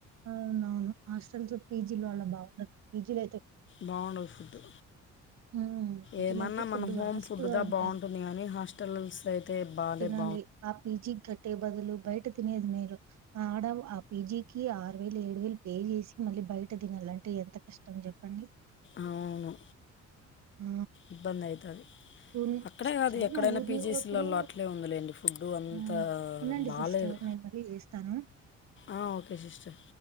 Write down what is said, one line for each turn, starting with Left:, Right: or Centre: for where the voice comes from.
Right: అవునవును హాస్టల్స్ పీజీలో అడ బాగుండదు పీజీల
Left: బాగుండదు ఫుడ్డు
Right: హ్మ్. పీజీలో
Left: ఏమన్నా
Right: అయితే ఫుడ్
Left: మనం హోమ్
Right: వరస్ట్‌గా
Left: ఫుడ్ దా
Right: ఉంటది.
Left: బాగుంటుంది కానీ హాస్టల్స్ అయితే బాలేదు
Right: నాలి ఆ పిజికి కట్టే బదులు బయట తినేది మేలు అడ ఆ పీజికి ఆరు వేలు ఏడు వేలు పే చేసి మళ్ళీ బయట తినాలంటే ఎంత కష్టం చెప్పండి
Left: అవును
Right: ఆ
Left: ఇబ్బందైతాది
Right: ఉన్
Left: అక్కడే కాదు
Right: చాలా
Left: ఎక్కడైనా
Right: ఊరిని
Left: పీజీసీలలో
Right: ఇప్పుడు
Left: అట్లే ఉందిలేండి ఫుడ్ అంతా
Right: హ్మ్. ఉండండి
Left: బాలేదు
Right: సిస్టర్ నేను మళ్ళీ చేస్తాను
Left: ఆ ఓకే సిస్టర్